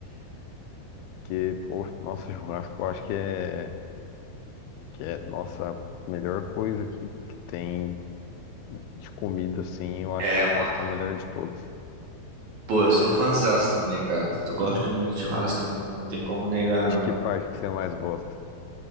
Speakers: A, on the left (about 85°); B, on the right (about 65°).
A: Que, pô, nossa, churrasco eu acho que é, que é nossa melhor coisa que, que tem de comida, assim. Eu acho
B: É,
A: que churrasco
B: mano.
A: é a melhor de todas.
B: Pô, eu sou fãzaço também, cara. Eu gosto muito de churrasco, não, não tem como negar,
A: De
B: não.
A: que parte que você mais gosta?